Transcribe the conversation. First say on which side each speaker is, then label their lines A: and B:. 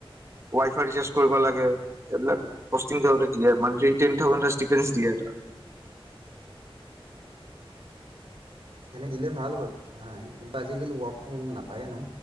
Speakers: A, on the right; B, on the right.
A: ৱাই ফাই ৰিচাৰ্জ কৰিব লাগে। এইবিলাক <unintelligible> দিয়ে। মানথলি টেন থাউজেণ্ড <unintelligible> দিয়ে এটা।
B: তেনে দিলে ভাল বাৰু কথা নাই। কিন্তু আজিকালি ৱৰ্ক ফ্ৰম হোম নাপায়েই